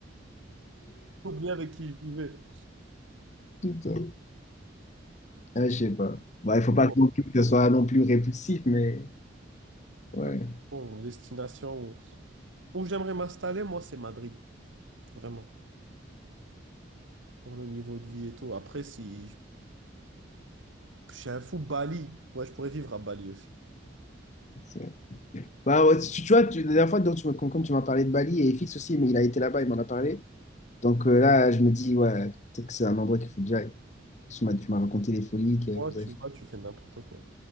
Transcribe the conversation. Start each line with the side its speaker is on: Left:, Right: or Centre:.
Right: J'ai oublié avec qui je vivais.
Left: Putain. Ah, je sais pas. Bah,
Right: Après,
Left: il faut pas
Right: bon,
Left: que non plus que ce soit non plus répulsif, mais ouais.
Right: hein, bon, destination. Où j'aimerais m'installer, moi, c'est Madrid. Vraiment. Pour le niveau de vie et tout. Après, si je je suis un fou, Bali. Ouais, je pourrais vivre à Bali aussi.
Left: c'est- Bah, ouais, tu, tu vois, tu- la dernière fois, donc, tu m'as- comme, comme tu m'as parlé de Bali et Fix aussi, mais il a été là-bas, il m'en a parlé. Donc euh, là, je me dis, ouais, peut-être que c'est un endroit qu'il faut que j'aille. Tu m'as, tu m'as raconté les folies que
Right: Moi,
Left: vous
Right: tu
Left: avez fait.
Right: vas, tu fais n'importe quoi.